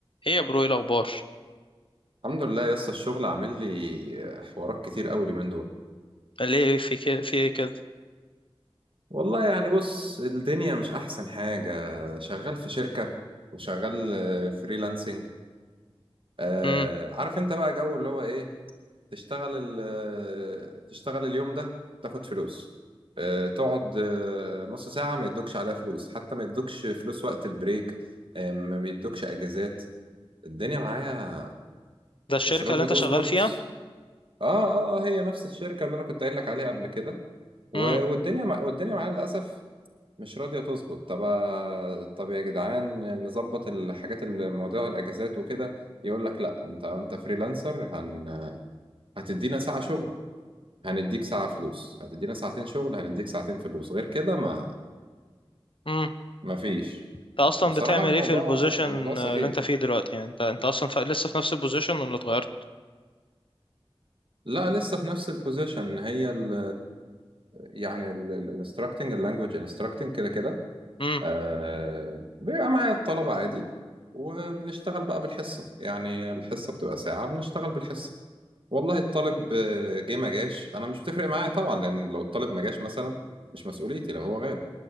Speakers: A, on the left; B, on the right.
A: ايه يا برو ايه الاخبار
B: الحمد لله يا اسطى الشغل عامل لي حوارات كتير قوي اليومين دول
A: ليه في كده في ايه كده
B: والله يعني بص الدنيا مش احسن حاجة شغال في شركة وشغال آه، فريلانسنج آه
A: امم
B: عارف انت بقى جو اللي هو ايه تشتغل ال- آه، تشتغل اليوم ده تاخد فلوس آه تقعد آه، نص ساعة ما يدوكش عليها فلوس حتى ما يدوكش فلوس وقت البريك آه ما بيدوكش اجازات الدنيا معايا
A: ده الشركه
B: مش راضية
A: اللي انت
B: تظبط
A: شغال فيها
B: اه اه اه هي نفس الشركة اللي انا كنت قايل لك عليها قبل كده و-
A: امم
B: والدنيا مع... والدنيا معانا للأسف مش راضية تظبط طب طب يا جدعان نظبط الحاجات المواضيع الأجازات وكده يقول لك لا أنت أنت فريلانسر هن... هتدينا ساعة شغل هنديك ساعة فلوس هتدينا ساعتين شغل هنديك ساعتين فلوس غير كده ما
A: امم
B: ما فيش
A: انت اصلا
B: فبصراحة
A: بتعمل
B: الموضوع
A: ايه في البوزيشن
B: الموضوع سخيف
A: اللي انت فيه دلوقتي يعني انت انت اصلا ف... لسه في نفس البوزيشن ولا اتغيرت
B: لا لسه في نفس البوزيشن هي ال يعني الانستراكتنج اللانجوج انستراكتنج كده كده
A: امم
B: آه بيبقى معايا الطلبة عادي وبنشتغل بقى بالحصة يعني الحصة بتبقى ساعة بنشتغل بالحصة والله الطالب آه، جه ما جاش أنا مش بتفرق معايا طبعا لأن لو الطالب ما جاش مثلا مش مسؤوليتي لو هو غاب